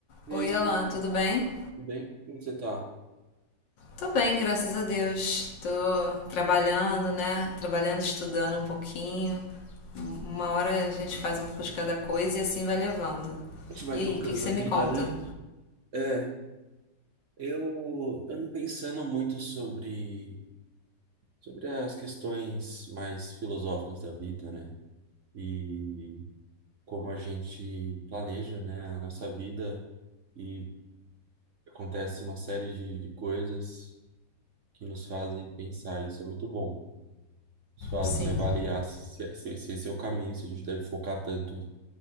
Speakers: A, on the right; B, on the left.
A: E
B: Oi,
A: aí, Suzy,
B: Alan, tudo bem?
A: tudo bem? Como você tá?
B: Tô bem, graças a Deus. Tô trabalhando, né? Trabalhando, estudando um pouquinho. Um- Uma hora a gente faz um pouco de cada coisa e assim vai levando.
A: A gente vai
B: E
A: tocando
B: aí, o que, que você
A: a
B: me
A: vida,
B: conta?
A: né? É, eu ando pensando muito sobre, sobre as questões mais filosóficas da vida, né? E como a gente planeja, né, a nossa vida e acontece uma série de, de coisas que nos fazem pensar, isso é muito bom. Nos fazem
B: Sim.
A: avaliar se, se, se esse é o caminho, se a gente deve focar tanto